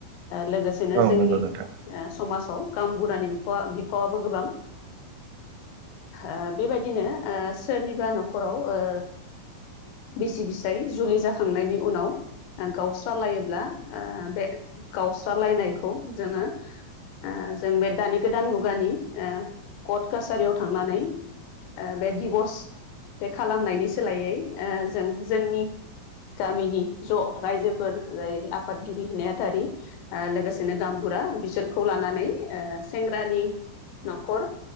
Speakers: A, on the left (about 80°); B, on the right (about 85°).
A: लोगोसेनो
B: औ
A: जोंनि
B: नंगौ नोंथां
A: ओ समाजाव गामबुरानि बिफाव बिफावाबो गोबां ओ बेबायदिनो सोरनिबा न'खराव ओ बिसि बिसाय जुलि जाखांनायनि उनाव गावस्रालायोब्ला ओ बे गावस्रालायनायखौ जोङो ओ जों बे दानि गोदान मुगानि कर्ट कासारियाव थांनानै बे दिभर्स बे खालामनायनि सोलायै जों जोंनि गामिनि ज' रायजोफोर जाय आफादगिरि नेहाथारि लोगोसे बिनो गामबुरा बिसोरखौ लानानै सेंग्रानि न'खर